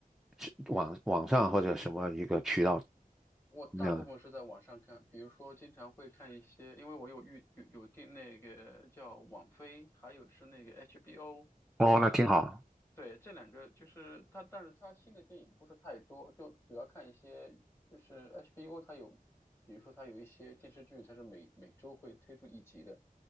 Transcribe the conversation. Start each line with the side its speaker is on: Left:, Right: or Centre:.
Centre: 是网网上或者什么一个渠道
Left: 我大部分是在网上看，
Centre: 呢？
Left: 比如说经常会看一些，因为我有预有有订那个叫网飞，还有是那个 HBO，
Centre: 哦，
Left: 呃，
Centre: 那挺好。
Left: 对，这两个就是它，但是它新的电影不是太多，就主要看一些就是 HBO 它有，比如说它有一些电视剧，它是每每周会推出一集的，